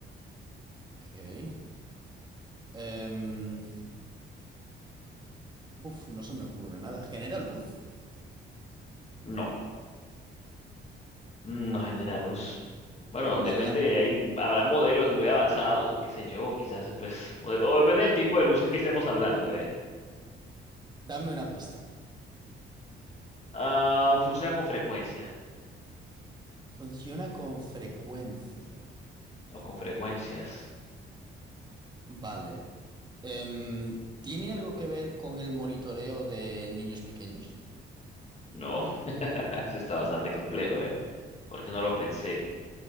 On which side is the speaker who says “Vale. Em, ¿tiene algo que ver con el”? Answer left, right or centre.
Right